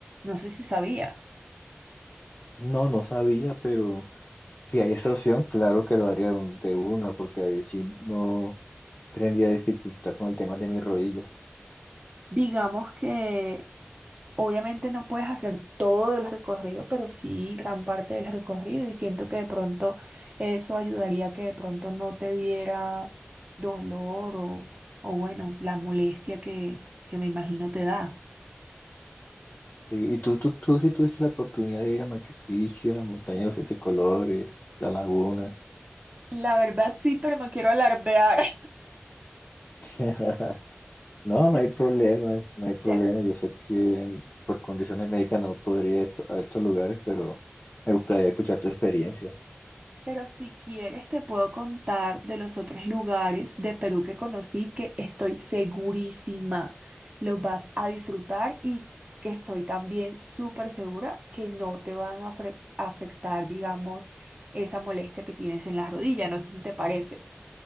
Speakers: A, on the right; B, on the left.
A: No sé si sabías.
B: No, no sabía, pero si hay esa opción, claro que lo haría de, un- de una, porque ahí sí no tendría dificultad con el tema de mis rodillas.
A: Digamos que obviamente no puedes hacer todo el recorrido, pero sí gran parte del recorrido y siento que de pronto eso ayudaría a que de pronto no te diera dolor o, o bueno, la molestia que, que me imagino te da.
B: Y, y tú, tú, tú sí tuviste la oportunidad de ir a Machu Picchu, a la montaña de los siete colores, la laguna.
A: La verdad sí, pero no quiero alardear.
B: <laughs> No, no
A: <laughs>
B: hay
A: Te,
B: problema, no hay problema.
A: te
B: Yo sé que mm, por condiciones médicas no podría ir a esto- a estos lugares, pero me gustaría escuchar tu experiencia.
A: Pero si quieres, te puedo contar de los otros lugares de Perú que conocí que estoy segurísima los vas a disfrutar y que estoy también súper segura que no te van a afre- afectar, digamos, esa molestia que tienes en las rodillas. No sé si te parece.